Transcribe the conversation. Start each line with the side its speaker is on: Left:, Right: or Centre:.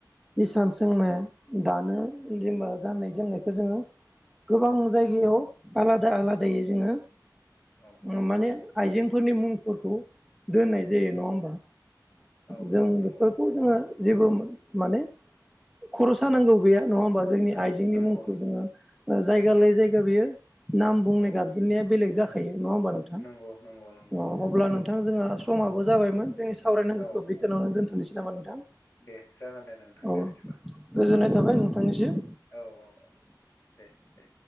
Centre: हिसान सोंनो दानो जेनबा गान्नाय जोमनायखौ जोङो गोबां
Left: औ
Centre: जायगायाव आलादा आलादायै जोङो
Left: औ
Centre: माने आइजेंफोरनि मुंफोरखौ दोननाय जायो नङा होमबा।
Left: औ
Centre: जों
Left: नंगौ
Centre: बेफोर खौ जोङो जेबो माने खरसा नांगौ गैया नङा होमबा। जोंनि
Left: औ
Centre: आइजेंनि
Left: नंगौ
Centre: मुंखौ
Left: नंगौ
Centre: जोङो जायगा
Left: नंगौ
Centre: लाय जायगा बेयो नाम बुंनाय
Left: औ
Centre: गाबज्रिनाया बेलेग जाखायो नङा होमबा नोंथां।
Left: नंगौ नंगौ नंगौ।
Centre: अ अब्ला नोंथां जोंहा समाबो जाबायमोन जोंनि सावरायनांगौखौ
Left: औ
Centre: बेखिनियिवनो दोन्थ'नोसै नामा नोंथां।
Left: दे जागोन दे नोंथां
Centre: औ
Left: दे बिदिबा
Centre: गोजोननाय
Left: दे
Centre: थाबाय नोंथांनिसिम।
Left: औ औ औ दे। दे